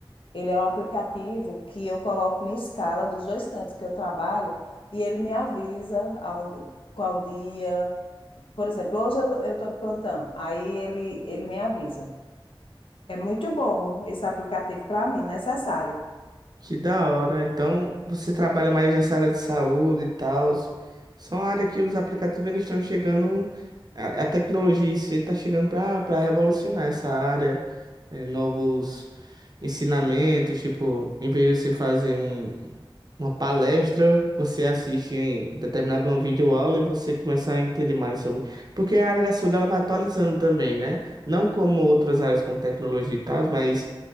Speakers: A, on the left; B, on the right.
A: Ele é um aplicativo que eu coloco minha escala dos dois cantos que eu trabalho e ele me avisa aonde, qual dia. Por exemplo, hoje eu, eu tô de plantão, aí ele, ele me avisa. É muito bom esse aplicativo para mim, necessário.
B: Que da hora. Então, você trabalha mais nessa área de saúde e tal. São áreas que os aplicativos eles estão chegando. A, a tecnologia em si está chegando para para revolucionar essa área. É, novos ensinamentos, tipo, em vez de você fazer um, uma palestra, você assiste em determinado uma videoaula e você começa a entender mais sobre. Porque a área da saúde ela vai atualizando também, né? Não como outras áreas como tecnologia e tal, mas